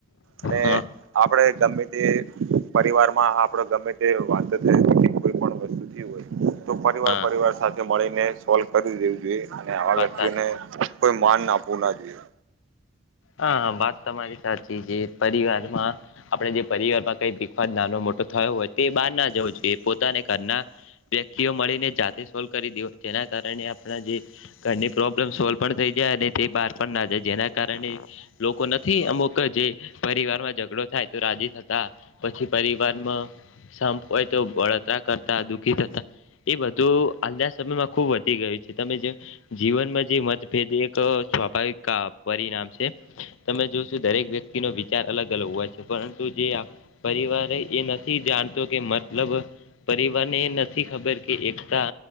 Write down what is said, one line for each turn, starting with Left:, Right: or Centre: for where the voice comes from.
Right: અને
Left: હા
Right: આપડે ગમે તે પરિવાર માં, આપડે ગમે તે વાત જ કોઈ પણ વસ્તુ થઇ હોય. તો પરિવાર,
Left: હા
Right: પરિવાર સાથે મળીને, સોલ્વ કરી દેવું જોઈએ, અને આવા
Left: વાત
Right: વ્યક્તિઓને
Left: સાચી
Right: માન ના આપવું ના જોઈએ.
Left: હા હ. તમારી સાચી. જે પરિવારમાં આપણે જે પરિવાર માં કઈ વિખવાદ, નાનો મોટો થયો હોય. તે બહાર જ. હોય છે, એ પોતાના ઘરના વ્યક્તિઓ મળીને, જાતે સોલ્વ કરી દે, જેના કારણે જે ઘરની પ્રોબ્લેમ સોલ્વ પણ થઈ જાય, અને તે બહાર પણ ના જાય, જેના કારણે લોકો નથી, અમુક જે પરિવાર માં ઝઘડો થાય, તો રાજી થતા. પછી પરિવારમાં સંપ હોય તો બળતરા કરતા દુઃખી થતા. એ બધું આજના સમયમાં ખુબ વધી ગયું છે. તમે જે જીવનમાં જે મતભેદ એ કરો છો, સ્વાભાવિક કા પરિણામ છે. તમે જોશો, દરેક વ્યક્તિ નો વિચાર અલગ-અલગ હોય છે, પરંતુ જે આ પરિવાર એ જાણતો કે, મતલબ પરિવારને એ નથી ખબર કે એકતા